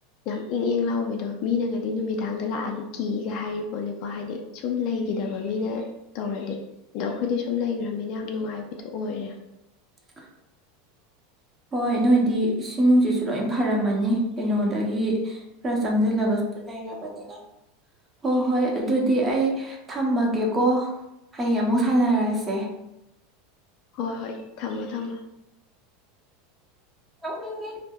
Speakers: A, on the left; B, on the right.
A: ꯌꯥꯝ ꯏꯪ ꯏꯪ ꯂꯥꯎꯕꯗꯣ ꯃꯤꯅꯒꯗꯤ ꯅꯨꯃꯤꯗꯥꯡꯗ ꯂꯥꯛꯑꯗꯤ ꯀꯤꯒ ꯍꯥꯏꯔꯤꯕ ꯅꯤꯀꯣ ꯍꯥꯏꯗꯤ ꯁꯨꯝ ꯂꯩꯈꯤꯗꯕ ꯃꯤꯅ ꯇꯧꯔꯗꯤ ꯑꯗꯣ ꯑꯩꯈꯣꯏꯗꯤ ꯁꯨꯝ ꯂꯩꯈ꯭ꯔꯃꯤꯅ ꯌꯥꯝ ꯅꯨꯡꯉꯥꯏꯕꯗꯨꯣ ꯑꯣꯏꯔꯦ
B: <inaudible> ꯍꯣꯏ ꯅꯣꯏꯗꯤ ꯏꯁꯤꯡ ꯅꯨꯡꯁꯤꯠꯁꯨ ꯂꯣꯏ ꯐꯔꯝꯃꯅꯤ ꯀꯩꯅꯣꯗꯒꯤ ꯈꯔ ꯆꯪꯁꯤꯜꯂꯒꯁꯨ ꯂꯩꯔꯕꯅꯤꯅ ꯍꯣꯏ ꯍꯣꯏ ꯑꯗꯨꯗꯤ ꯑꯩ ꯊꯝꯃꯒꯦꯀꯣ ꯍꯌꯦꯡ ꯑꯃꯨꯛ ꯁꯥꯟꯅꯔꯁꯦ
A: ꯍꯣꯏ ꯍꯣꯏ ꯊꯝꯃꯣ ꯊꯝꯃꯣ
B: ꯑꯅꯤꯡ